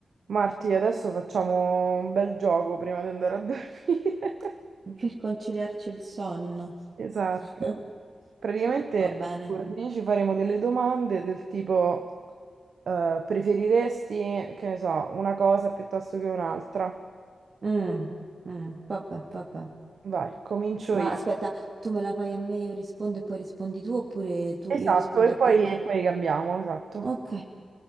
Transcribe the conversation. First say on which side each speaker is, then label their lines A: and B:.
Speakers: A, on the right (about 85°); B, on the right (about 65°).
A: Marti, adesso facciamo un bel gioco prima di andare a dormire. <laughs>
B: Per conciliarci il sonno.
A: Esatto.
B: <laughs>
A: Praticamente
B: Va bene.
A: a turni ci faremo delle domande del tipo eh, preferiresti, che ne so, una cosa piuttosto che un'altra?
B: Mm, mm, vabbè, vabbè.
A: Vai, comincio
B: Ma
A: io.
B: aspetta, tu me la fai a me, io rispondo e poi rispondi tu, oppure tu,
A: Esatto,
B: io rispondo
A: e
B: a
A: poi,
B: te e tu?
A: e poi cambiamo, esatto.
B: Ok,